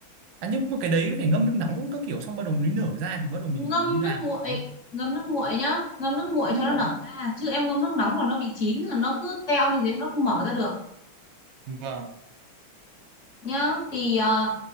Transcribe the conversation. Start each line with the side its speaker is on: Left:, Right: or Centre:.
Right: À, nhưng mà cái đấy phải ngâm nước nóng các kiểu xong bắt đầu nó nở ra thì bắt đầu
Left: ngâm
Right: mình mới làm
Left: nước nguội
Right: nó
Left: ngâm nước nguội nhá ngâm nước nguội
Right: nó
Left: cho
Right: nguội
Left: nó nở
Right: á
Left: ra chứ em ngâm nước nóng là nó bị chín là nó cứ teo như thế nó không mở ra được
Right: vâng
Left: nhá thì ờ,